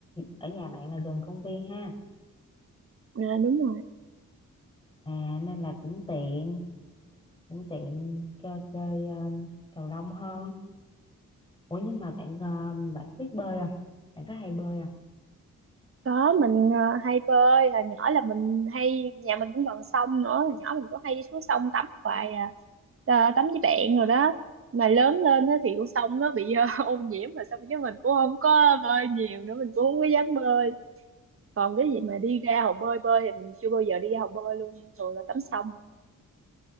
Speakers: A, on the left; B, on the right.
A: ở nhà bạn là gần công viên ha
B: à, đúng rồi
A: à nên là cũng tiện cũng tiện cho chơi à, cầu lông hơn ủa nhưng mà bạn à, bạn biết bơi không bạn có hay bơi không
B: có mình ờ, hay bơi hồi nhỏ là mình hay nhà mình cũng gần sông nữa hồi nhỏ mình cũng hay đi xuống sông tắm hoài à Ờ, tắm với bạn rồi đó mà lớn lên á thì con sông nó bị ờ, <laughs> ô nhiễm mà xong cái mình cũng không có bơi nhiều nữa mình cũng không có dám bơi còn cái gì mà đi ra hồ bơi bơi thì mình chưa bao giờ đi ra hồ bơi luôn thường là tắm sông